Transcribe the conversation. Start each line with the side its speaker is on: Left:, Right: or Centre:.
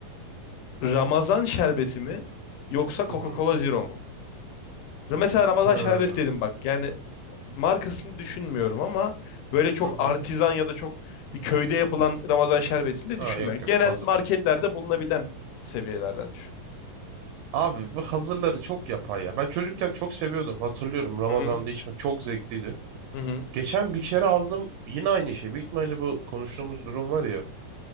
Left: Ramazan şerbeti mi yoksa Coca-Cola
Right: Hı hı.
Left: Zero mu? Mesela Ramazan
Right: Ha.
Left: şerbeti dedim bak. Yani markasını düşünmüyorum ama böyle çok
Right: Hı hı.
Left: artizan ya da çok bir köyde yapılan Ramazan şerbetini de
Right: Aa,
Left: düşünmüyorum.
Right: yok yok
Left: Genel
Right: hazır.
Left: marketlerde bulunabilen seviyelerden düşün.
Right: Abi bu hazırları çok yapay ya. Ben çocukken çok seviyordum. Hatırlıyorum Ramazan'da
Left: Hı hı.
Right: içmek çok zevkliydi.
Left: Hı hı.
Right: Geçen bir kere aldım yine aynı şey. Büyük ihtimalle bu konuştuğumuz durum var ya.